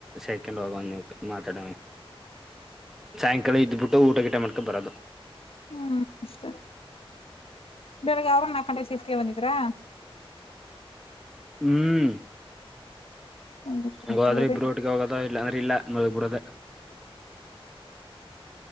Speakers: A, in the centre; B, on the left.
A: ಸೆಕೆಂಡ್ ಹೋಗ ಮಾತಾಡ ಸಾಯಂಕಾಲ ಇದ್ದಬಿಟ್ಟು ಊಟ- ಗಿಟ ಮಾಡ್ಕಂಡ ಬರೋದು.
B: ಹ್ಮ್, ಅಷ್ಟ ಬೆಳಗ್ಗೆ ಅವ್ರ ನಾಕಗಂಟೆ ಸಿಫ್ಟಿಗೆ ಬಂದಿದ್ರಾ
A: ಹ್ಮಞೂ <inaudible>
B: ಹ್ಮ್
A: ಹೋಗೋದ್ರೆ
B: ದೇವ್ರೇ
A: ಇಬ್ರು ಒಟ್ಟಿಗೆ ಹೋಗೋದ ಇಲ್ಲ ಅಂದ್ರ ಇಲ್ಲ ನ ಮಲಗ್ ಬಿಡೋದೇ.